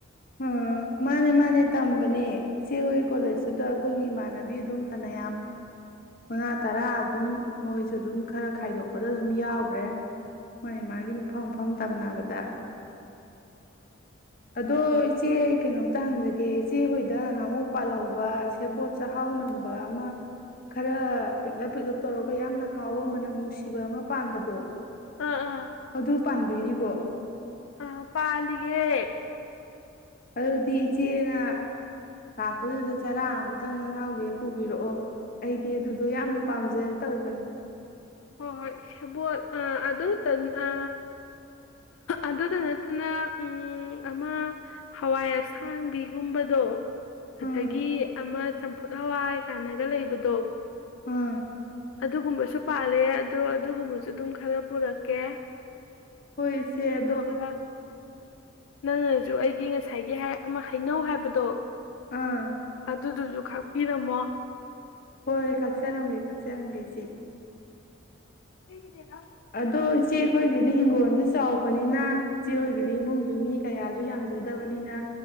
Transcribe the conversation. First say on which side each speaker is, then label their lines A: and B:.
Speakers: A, on the left (about 45°); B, on the left (about 80°).
A: ꯑꯥ ꯃꯥꯅꯦ ꯃꯥꯅꯦ ꯇꯝꯕꯅꯦ ꯏꯆꯦ ꯍꯣꯏ ꯀꯣꯂꯦꯖꯇꯨꯗ ꯑꯩꯈꯣꯏꯒꯤ ꯏꯃꯥꯟꯅꯕꯤ ꯑꯗꯨꯝ ꯐꯅꯌꯥꯝ ꯃꯉꯥ ꯇꯔꯥ ꯑꯗꯨꯝ ꯃꯣꯏꯁꯨ ꯑꯗꯨꯝ ꯈꯔ ꯈꯥꯏꯗꯣꯛꯄꯗ ꯑꯗꯨꯝ ꯌꯥꯎꯈ꯭ꯔꯦ ꯃꯥꯒꯤ ꯃꯥꯒꯤ ꯃꯐꯝ ꯃꯐꯝ ꯇꯝꯅꯕꯗ ꯑꯗꯣ ꯏꯆꯦ ꯀꯩꯅꯣꯝꯇ ꯍꯪꯖꯒꯦ ꯏꯆꯦ ꯍꯣꯏꯗ ꯉꯍꯥꯟꯃꯨꯛ ꯄꯥꯜꯍꯧꯕ ꯁꯦꯕꯣꯠ ꯆꯥꯛꯍꯥꯎ ꯅꯝꯕ ꯑꯃ ꯈꯔ ꯄꯤꯛꯂꯞ ꯄꯤꯛꯂꯞ ꯇꯧꯔꯒ ꯌꯥꯝꯅ ꯍꯥꯎꯕ ꯃꯅꯝ ꯅꯨꯡꯁꯤꯕ ꯑꯃ ꯄꯥꯟꯕꯗꯣ
B: ꯑꯥ ꯑꯥ
A: ꯑꯗꯨ ꯄꯥꯟꯕꯤꯔꯤꯕꯣ
B: ꯑꯥ ꯄꯥꯜꯂꯤꯒꯦ
A: ꯑꯗꯨꯗꯤ ꯏꯆꯦꯅ ꯂꯥꯛꯄꯗꯨꯗ ꯆꯔꯥ ꯑꯃꯇꯪ ꯅꯅꯥꯎꯒꯤ ꯍꯦꯛ ꯄꯨꯕꯤꯔꯛꯑꯣ ꯑꯩꯗꯤ ꯑꯗꯨꯗꯣ ꯌꯥꯝꯅ ꯄꯥꯝꯖ ꯇꯧꯕꯅꯦ
B: ꯍꯣꯏ ꯍꯣꯏ ꯁꯕꯣꯜ ꯑ ꯑꯗꯨ ꯇ ꯑ ꯑꯗꯨꯗ ꯅꯠꯇꯅ ꯎꯝ ꯑꯃ ꯍꯋꯥꯏ ꯑꯁꯥꯡꯕꯤꯒꯨꯝꯕꯗꯣ ꯑꯗꯒꯤ
A: ꯑꯥ
B: ꯑꯃ ꯆꯝꯐꯨꯠ ꯍꯋꯥꯏ ꯀꯥꯟꯅꯒ ꯂꯩꯕꯗꯣ
A: ꯑꯥ
B: ꯑꯗꯨꯒꯨꯝꯕꯁꯨ ꯄꯥꯜꯂꯦ ꯑꯗꯣ ꯑꯗꯨꯒꯨꯝꯕꯁꯨ ꯑꯗꯨꯝ ꯈꯔ ꯄꯨꯔꯛꯀꯦ
A: ꯍꯣꯏꯁꯦꯗꯣ
B: ꯑꯗꯨꯒ ꯅꯪꯅꯁꯨ ꯑꯩꯒꯤ ꯉꯁꯥꯏꯒꯤ ꯑꯃ ꯍꯩꯅꯧ ꯍꯥꯏꯕꯗꯣ
A: ꯑꯥ
B: ꯑꯗꯨꯗꯨꯖꯨ ꯈꯥꯛꯄꯤꯔꯝꯃꯣ
A: ꯍꯣꯏ ꯍꯣꯏ ꯀꯥꯛꯆꯔꯝꯒꯦ ꯀꯥꯛꯆꯔꯝꯒꯦ ꯏꯆꯦ
B: ꯁꯤꯦꯡꯒꯗꯔ
A: ꯑꯗꯣ ꯏꯆꯦꯈꯣꯏꯒꯤꯗꯤ ꯍꯤꯡꯒꯣꯜꯁꯦ ꯆꯥꯎꯕꯅꯤꯅ ꯏꯆꯦ ꯍꯣꯏꯒꯤꯗꯤ ꯏꯃꯨꯡꯁꯨ ꯃꯤ ꯀꯌꯥꯁꯨ ꯌꯥꯝꯖꯗꯕꯅꯤꯅ